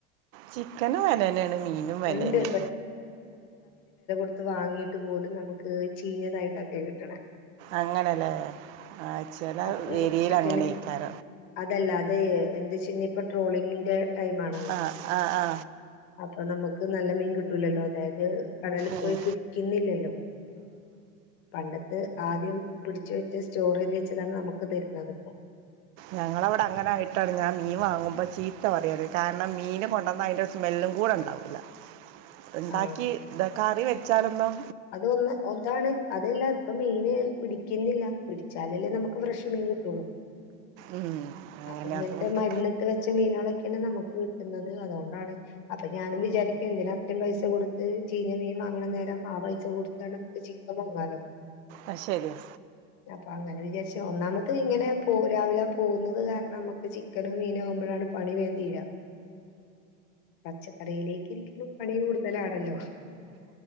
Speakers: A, on the right; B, on the left.
A: ചിക്കനും വെലന്നെണ്, മീനും വെലന്നെ....
B: ഉണ്ട് ത്ത് വാങ്ങീട്ട് പോലും നമുക്ക് ചീഞ്ഞതായിട്ടൊക്കെ കിട്ട്ണേ.
A: അങ്ങനെല്ലേ മേ ആ ചില
B: അപ്പൊ
A: ഏരിയേല്
B: ചിക്കന്
A: അങ്ങനെയ്ക്കാരം.
B: അതല്ല അത് എന്തച്ചിൻ ഇപ്പൊ ട്ട്റോളിംഗിന്റെ ടൈം ആണല്ലോ..
A: ആ ആ ആ
B: അപ്പൊ നമ ക്ക് നല്ല മീൻ കിട്ടൂലല്ലോ... അതായത് കടലിൽ
A: ഉം.
B: പോയി പിടിക്കുന്നില്ലല്ലോ.. പണ്ടത്ത് ആദ്യം പിടിച്ച് വെച്ച് സ്റ്റോറ് ചെയ്ത് വെച്ചതാണ് നമുക്ക് തരുന്നത് ഇപ്പോ
A: ഞങ്ങളവിടെ അങ്ങനെ ആയിട്ടാണ് ഞാൻ മീൻ വാങ്ങുമ്പോ ചീത്ത പറയാറ് കാരണം മീന് കൊണ്ടന്നാ അതിന്റെ സ്മെല്ലും കൂടെ ഉണ്ടാവൂല്ല ഇണ്ടാക്കി
B: ആഹ്
A: ഇതാ കറി വെ ച്ചാലൊന്നും
B: അതൊന്ന് ഒ ഇതാണ് അതെല്ലാ ഇപ്പൊ മീന് പിടിക്കുന്നില്ല പിടിച്ചാലല്ലേ നമുക്ക് ഫ്രഷ് മീൻ കിട്ടൂള്ളു
A: ഉം. അങ്ങനെ
B: അപ്പൊ ഇങ്ങനത്തെ
A: അതുകൊണ്ട്
B: മരുന്നിട്ട് വെച്ച മീനുകളൊക്കെയാണ് നമുക്ക് കിട്ടുന്നത് അതുകൊണ്ടാണ് അത് ഞാനും വിചാരിക്കും എന്തിനാ അത്രയും പൈസ കൊടുത്ത് ചീഞ്ഞ മീൻ വാങ്ങണ നേരം ആ പൈ സ കൊടുത്താണ്ട് നമ്മക്ക് ചിക്കൻ വാങ്ങാല്ലോ
A: ആ ശരിയാ
B: അപ്പൊ അങ്ങനെ വിചാരിച്ചാ ഒന്നാമത് അത് ഇങ്ങനെ പോ രാവിലെ പോകുന്നത് കാരണം നമ്മക്ക് ചിക്കനോ മീനോ ആകുമ്പഴാണ് പണി വേം തീരാ പച്ചക്കറിയിലേക്ക് ഇരിക്കുമ്പോ പണി കൂടുതലാണല്ലോ